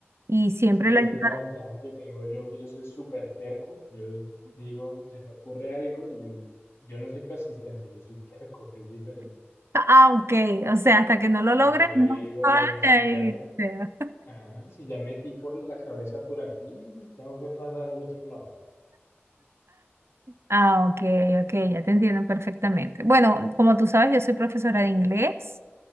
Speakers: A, on the right; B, on the left.
A: Y siempre
B: Sí,
A: la
B: esa
A: ayuda,
B: es la ventaja que tengo yo, que yo soy súper terco. Yo digo, se me ocurre algo y yo, yo no soy persistente, yo soy terco, que es diferente.
A: <laughs> ah, ok, o sea, hasta que no lo logres,
B: Y yo
A: no
B: digo,
A: sales
B: si
A: de ahí,
B: ya me,
A: o sea.
B: ajá, si ya metí por la cabeza por aquí, tengo que pasar al otro lado.
A: Ah, ok, ok, ya te entiendo perfectamente. Bueno, como tú sabes, yo soy profesora de inglés.